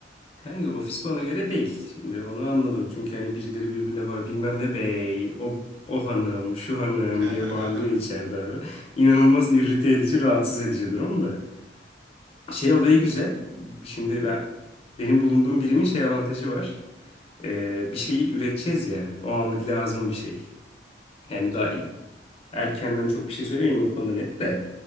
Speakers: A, on the left; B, on the right.
A: Kanka ofis bana göre değil. Şimdi onu anladım. Çünkü hani birileri birbirine bağır bilmem ne bey, o, o hanım, şu hanım
B: <laughs>
A: diye bağırıyor içeride abi. İnanılmaz irrite edici, rahatsız edici durum da. Şey olayı
B: E,
A: güzel. Şimdi ben, benim bulunduğum birimin şey avantajı var. Ee, bir şeyi üreteceğiz ya. O anlık lazım bir şey. Yani
B: Doğru.
A: daha iyi- erkenden çok bir şey söylemiyorum o konuda net de.